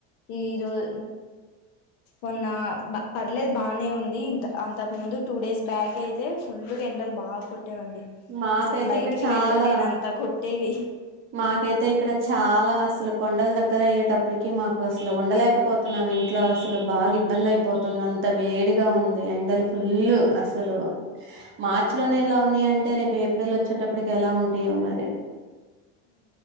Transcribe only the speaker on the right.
మాకైతే
ఇక్కడ చాలా
మాకైతే ఇక్కడ చాలా అసలు కొండలు దగ్గర అయ్యేటప్పటికి మాకు అసలు ఉండలేకపోతున్నాము ఇంట్లో అసలు బాగా ఇబ్బంది అయిపోతుంది అంత వేడిగా ఉంది ఎండలు ఫుల్ అసలు మార్చి
లోనే ఇలా ఉన్నాయి అంటే రేపు ఏప్రిల్ వచ్చేటప్పుడు అప్పుడికి ఎలా ఉంటాయో మరి